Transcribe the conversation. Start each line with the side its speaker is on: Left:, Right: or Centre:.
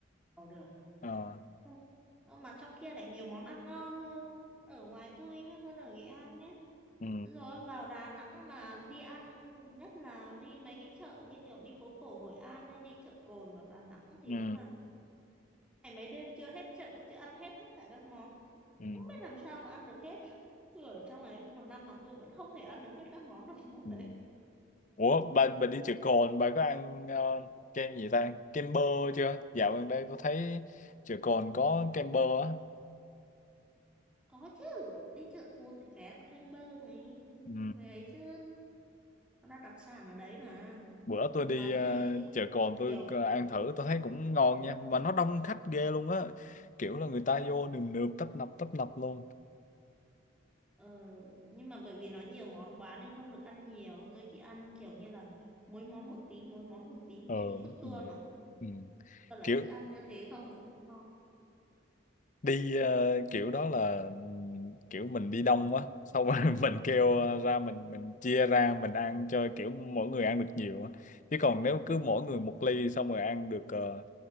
Centre: không hiểu được.
Left: Ờ,
Centre: Chung- Ờ, mà trong kia lại nhiều món ăn ngon hơn ở ngoài tôi nhé hơn ở Nghệ An nhé
Left: ừ.
Centre: rồi vào Đà Nẵng mà đi ăn nhất là đi mấy cái chợ như kiểu đi phố cổ Hội An hay đi chợ Cồn ở Đà Nẵng thì
Left: ừ
Centre: đúng là ngày mấy đêm chưa hết chợ chưa ăn hết tất cả các món
Left: ừ
Centre: không biết làm sao mà ăn được hết tôi ở trong ấy một năm mà tôi vẫn không thể ăn được hết các món được đâu
Left: ừ
Centre: đấy
Left: ủa bà bà đi chợ cồn bà có ăn ờ, kem gì ta kem bơ chưa dạo gần đây tôi thấy chợ cồn có kem bơ á
Centre: có chứ đi chợ Cồn thì phải ăn kem bơ này
Left: ừ.
Centre: mấy ấy chứ nó đã đặc sản ở đấy mà
Left: bữa tôi
Centre: mà
Left: đi ờ,
Centre: tôi không
Left: chợ cồn tôi
Centre: hiểu
Left: có ăn thử tôi thấy cũng ngon nha mà nó đông khách ghê luôn á kiểu là người ta vô nườm nượp tấp nập tấp nập luôn
Centre: Ờ, nhưng mà bởi vì nó nhiều món quá nên không được ăn nhiều tôi chỉ ăn kiểu như là mỗi món một tí mỗi món một tí
Left: ừ.
Centre: đi food tour
Left: Ừ.
Centre: mà
Left: Ừ.
Centre: thật là
Left: kiểu
Centre: cứ ăn như thế không thì no.
Left: đi ờ, kiểu đó là ừm, kiểu mình đi đông quá xong rồi <laughs> mình kêu ờ, ra mình mình chia ra mình ăn cho kiểu mỗi người ăn được nhiều á chứ còn nếu cứ mỗi người một ly xong rồi ăn được ờ,